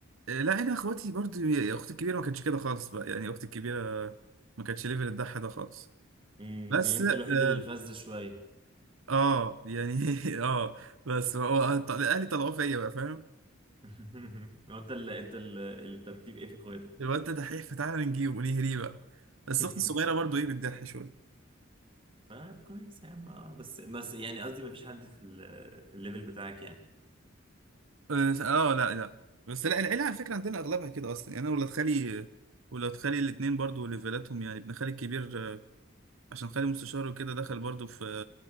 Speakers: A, on the right; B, on the right.
A: آه، لا انا اخواتي برضو يا اختي الكبيره ما كانتش كده خالص بقى يعني اختي الكبيره ما كانتش ليفل الضحى ده خالص
B: امم
A: بس
B: يعني انت
A: اه
B: الوحيد اللي فز شويه
A: آه، يعني <laughs> اه بس هو اهلي طلعوه فيا بقى فاهم
B: <laughs> هو انت اللي انت اللي الترتيب ايه في اخواتك
A: الواد ده دحيح فتعالى نجيبه ونهريه بقى بس
B: <laughs>
A: اختي الصغيره برضو ايه بتضحي شويه
B: طيب كويس يا عم اه بس بس يعني قصدي ما فيش حد في ال- في الليفل بتاعك يعني
A: اه آه، لا لا بس لا العيله على فكره عندنا اغلبها كده اصلا يعني انا ولاد خالي ولاد خالي الاثنين برضو ليفلاتهم يعني ابن خالي الكبير عشان خالي مستشار وكده دخل برضو في